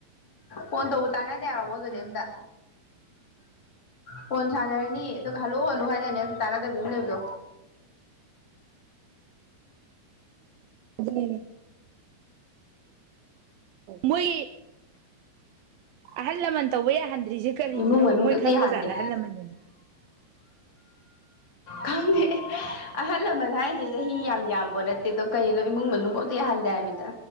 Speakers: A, on the left; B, on the right.
A: ꯍꯣꯟ ꯇꯧꯕ ꯇꯅ ꯑꯗꯨꯗ ꯍꯒꯗꯤ
B: ꯎꯝ
A: ꯑꯇ ꯐꯣꯟ ꯁꯥꯟꯅꯔꯅꯤ ꯑꯗꯨꯒ ꯍꯜꯂꯨ ꯍꯜꯂꯨ ꯍꯥꯏꯅꯅꯤ ꯑꯗꯨ ꯇꯥꯟꯅꯗꯕꯤ ꯑꯃ ꯂꯩꯕꯗꯣ
B: ꯑꯗꯨꯂꯤꯦ ꯃꯣꯏ ꯑꯍꯜ ꯂꯃꯟ ꯇꯧꯕ ꯌꯥꯍꯟ ꯗ꯭ꯔꯤꯁꯦ ꯀꯔꯤꯒꯤꯅꯣꯕ
A: ꯏꯃꯨꯡ ꯃꯅꯨꯡꯗ
B: ꯃꯣꯏ
A: ꯑꯝꯇ
B: ꯈꯪꯕ
A: ꯌꯥꯍꯟꯗꯦ
B: ꯖꯥꯔꯗ ꯍꯜ ꯂꯃꯟꯅꯤꯅ
A: ꯈꯪꯗꯦ ꯑꯍꯜ ꯂꯃꯟ ꯍꯥꯏꯁꯦ ꯆꯍꯤ ꯌꯥꯝ ꯌꯥꯝꯕꯣ ꯅꯠꯇꯦ ꯑꯗꯣ ꯀꯩꯅꯣ ꯏꯃꯨꯡ ꯃꯅꯨꯡꯐꯥꯎꯗꯤ ꯌꯥꯍꯟꯗ ꯍꯥꯏꯃꯤꯗ